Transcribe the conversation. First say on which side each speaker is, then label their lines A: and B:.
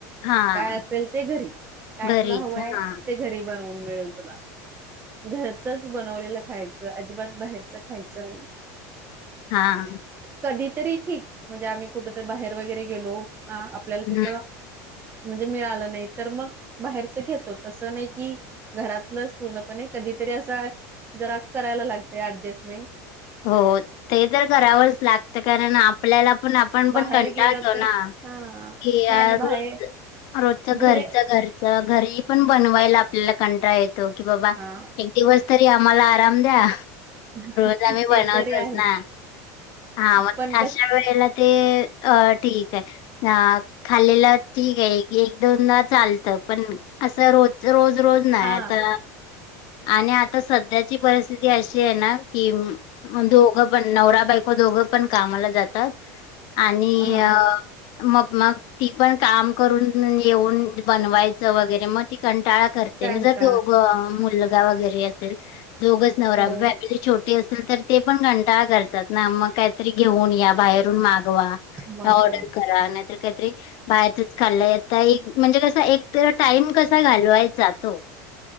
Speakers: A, on the left; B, on the right.
A: हां.
B: काय असेल ते घरी. काय
A: घरीच
B: तुला हवंय?
A: हा
B: ते घरी बनवून मिळेल तुला. घरचच बनवलेलं खायचं. अजिबात बाहेरचं खायचं नाही.
A: हा.
B: कधीतरी ठीक. म्हणजे आम्ही कुठंतरी बाहेर वगैरे गेलो, आपल्याला
A: हम्म
B: तिथं म्हणजे मिळालं नाही, तर मग बाहेरच घेतो. तंस नई कि, घरातलंच पूर्णपणे. कधीतरी असं जरा करायला लागतय ऍडजस्टमेंट.
A: हो हो. ते तर करावंच लागत, कारण आपल्याला पण आपण पण
B: बाहेर
A: कंटाळतो
B: गेलो तर
A: ना,
B: हा
A: की
B: नाही आणि बाहेर
A: रोज रोजच घरच
B: घरी
A: घर घरी पण बनवायला आपल्याला कंटाळाळ येतो, की बाबा
B: हा
A: दिवस तरी आम्हाला आराम द्या.
B: <inaudible>
A: म्हणजे आम्ही बनवतोच
B: तरी आहे
A: ना, हा. मग
B: पण
A: अशा
B: कस
A: वेळेला ते अ - ठीकय. हा खाल्लेलं ठीकय की एक दोनदा चालतं, पण असं रोज रोज रोज नाय
B: हा
A: आता आणि आता सध्याची परिस्थिती अशी आहे ना, कि दोघं पण नवरा बायको दोघ पण कामाला जातात, आणि
B: हा
A: अ -मग मग ती पण काम करून येऊन बनवायचं वगैरे मग ती कंटाळा कर तेनी
B: कंटाळा
A: जर दोघं मुलगा वगैरे असेल, दोघच नवरा
B: हो
A: फॅमिली छोटी असेल तर ते पण कंटाळा करतात ना, मग काहीतरी घेऊन या बाहेरून माग मागवा किंवा
B: मागवा
A: ऑर्डर करा नाहीतर काहीतरी बाहेरचच खाल्लाय यता, एक म्हणजे कसा एक तर टाइम कसा घालवायचा तो